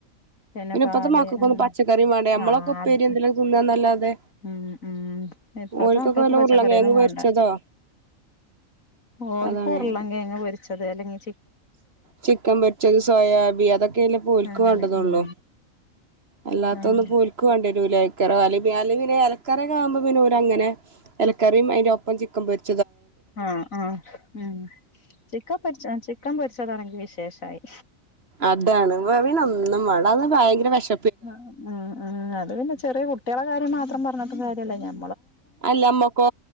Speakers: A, on the left; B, on the right.
A: ചെനപാല്
B: പിന്നെ ഇപ്പത്തെ മക്കക്കൊന്നും
A: അങ്ങനെ
B: പച്ചക്കറിയും വേണ്ടേ നമ്മളൊക്കെ
A: ആഹ്ത്
B: ഉപ്പേരി എന്തെലും തിന്നാന്നല്ലാതെ
A: ഉം ഉം ഇപ്ലത്തെ
B: ഓൽക്കൊക്കെ
A: മക്കൾക്ക്
B: വല്ല
A: പച്ചക്കറിയൊന്നും
B: ഉരുളൻ കിഴങ്ങ് പൊരിച്ചതോ
A: വേണ്ട ഓൽക്കൂർളങ്കെയ്ങ്ങ്
B: അതാണ്
A: പൊരിച്ചത് അല്ലെങ്കി
B: ചിക്കൻ പൊരിച്ചത്, സോയാബി അതൊക്കെയല്ലേ പ്പഓൽക്ക്
A: അങ്ങനെ
B: വേണ്ടതൊള്ളു.
A: ഉം
B: അല്ലാത്തൊന്നും
A: ആഹ്
B: പ്പഓൽക്കു വേണ്ടിയരൂലേക്കാരം <unintelligible> ന്നെ എലക്കറീനാവുമ്പോ പിന്നെ ഊരങ്ങനെ എലക്കറിം അതിന്റെ ഒപ്പം ചിക്കമ്പൊരി
A: ആഹ് ആര് ഉം ചിക്കൻ പൊരിച്ചാ ചിക്കൻ പൊരിച്ചതാണെങ്കി വിശേഷായി
B: അതാണ് വെവ്ന്നൊന്നും വേൺട അയ്ന് ഭയങ്കര വെഷ്
A: ആ അ ഉം അത് പിന്നെ ചെറിയ കുട്ടികളെ കാര്യം മാത്രം പറഞ്ഞിട്ടും കാര്യല്ലേ ഞാൻ
B: അല്ല അമ്മക്കോ